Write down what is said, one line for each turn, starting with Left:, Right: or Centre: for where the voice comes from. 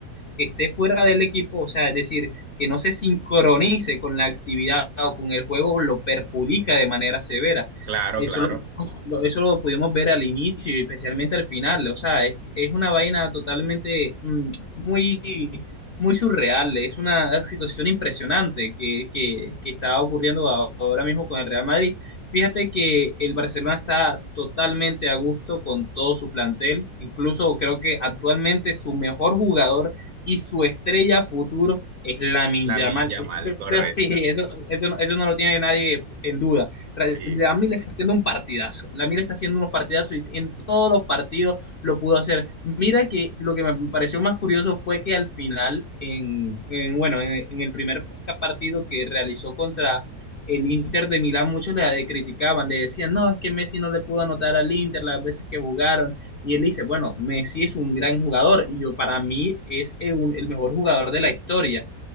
Left: esté fuera del equipo, o sea, es decir, que no se sincronice con la actividad o con el juego, lo perjudica de manera severa.
Right: Claro,
Left: Eso
Right: claro.
Left: lo, eso lo pudimos ver al inicio y especialmente al final. O sea, es, es una vaina totalmente mm, muy, muy surreal. Es una situación impresionante que, que, que está ocurriendo ahora mismo con el Real Madrid. Fíjate que el Barcelona está totalmente a gusto con todo su plantel. Incluso creo que actualmente su mejor jugador y su estrella futuro es Lamin
Right: Lamine
Left: Yamal.
Right: Yamal,
Left: Eso,
Right: correcto.
Left: <laughs> sí, eso, eso, no, eso, no lo tiene nadie en duda.
Right: Sí,
Left: Lamin está haciendo un partidazo. Lamin está haciendo unos partidazos y en todos los partidos lo pudo hacer. Mira que lo que me pareció más curioso fue que al final, en, en bueno, en, en, el primer partido que realizó contra el Inter de Milán, muchos le criticaban, le decían, no, es que Messi no le pudo anotar al Inter las veces que jugaron, y él dice, bueno, Messi es un gran jugador y yo para mí es eh, un- el mejor jugador de la historia